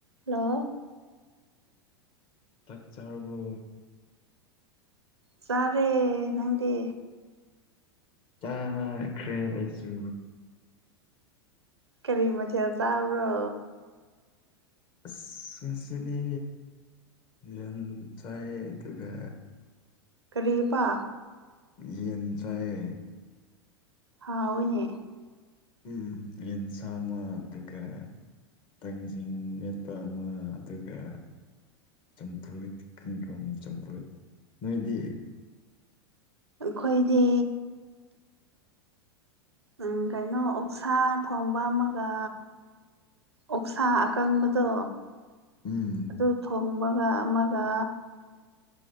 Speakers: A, on the right; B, on the left.
A: ꯂ
B: ꯇꯥꯛ ꯆꯥꯔꯕꯣ
A: ꯆꯥꯔꯦ ꯅꯪꯗꯤ
B: ꯆꯥꯈ꯭ꯔꯦ ꯑꯩꯁꯨ
A: ꯀꯔꯤ ꯃꯊꯦꯜ ꯆꯥꯔꯣ
B: ꯑꯁ ꯉꯁꯤꯗꯤ ꯌꯦꯟ ꯆꯥꯏ ꯑꯗꯨꯒ
A: ꯀꯔꯤꯄꯥ
B: ꯌꯦ ꯆꯑ
A: ꯍꯥꯎꯥꯎꯅꯦ
B: ꯎꯝ ꯏꯟꯁꯃꯗꯨꯒ ꯇꯥꯡꯖꯤꯡ ꯃꯦꯠꯄ ꯑꯃ ꯑꯗꯨꯒ ꯆꯝꯐ꯭ꯔꯨꯠ ꯀꯀ꯭ꯔꯣꯝ ꯆꯝꯐ꯭ꯔꯨꯠ ꯅꯣꯏꯗꯤ
A: ꯑꯩꯈꯣꯏꯗꯤ ꯎꯝ ꯀꯩꯅꯣ ꯑꯣꯛꯁꯥ ꯊꯣꯡꯕ ꯑꯃꯒ ꯑꯣꯛꯁꯥ ꯑꯀꯥꯡꯕꯗ
B: ꯎꯝ
A: ꯑꯗꯨ ꯊꯣꯡꯕꯒ ꯑꯃꯒ